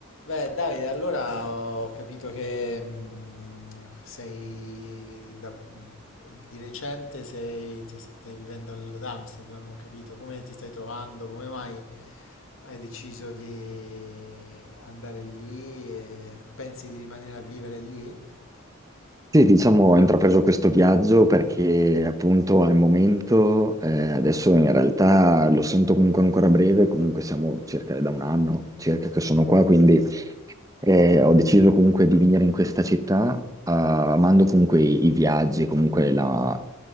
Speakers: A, on the left (about 70°); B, on the right (about 15°).
A: Beh, Davide, allora ho capito che mm, sei da- di recente sei- ti stai vivendo al- ad Amsterdam, ho capito come ti stai trovando, come mai hai deciso di andare lì e pensi di rimanere a vivere lì?
B: Sì, diciamo, ho intrapreso questo viaggio perché appunto al momento, eh, adesso in realtà lo sento comunque ancora breve, comunque siamo circa da un anno circa che sono qua, quindi eh, ho deciso comunque di venire in questa città, ah, amando comunque i, i viaggi, comunque la